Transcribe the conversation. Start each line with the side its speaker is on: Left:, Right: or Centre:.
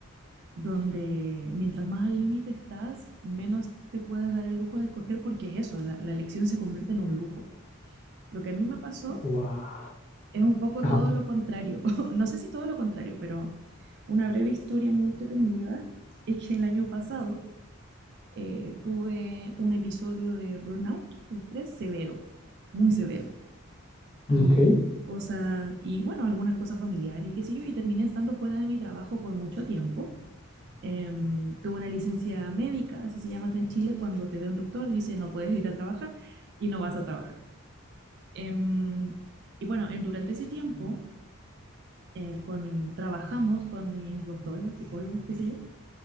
Right: donde mientras más al límite estás, menos te puedes dar el lujo de escoger porque es eso, la, la elección se convierte en un lujo. Lo que a mí me pasó
Left: Wow.
Right: es un poco
Left: Ajá.
Right: todo lo contrario. <laughs> no sé si todo lo contrario, pero una breve historia muy entretenida es que el año pasado eh, tuve un episodio de burnout, de estrés severo, muy severo.
Left: Ok.
Right: Y cosas, y bueno, algunas cosas familiares, qué sé yo, y terminé estando fuera de mi trabajo por mucho tiempo. Em, tuve una licencia médica, así se llama acá en Chile, cuando te ve un doctor, dice no puedes ir a trabajar y no vas a trabajar. Em, y bueno, en- durante ese tiempo eh, con, trabajamos con mis doctores, psicólogos, qué sé yo,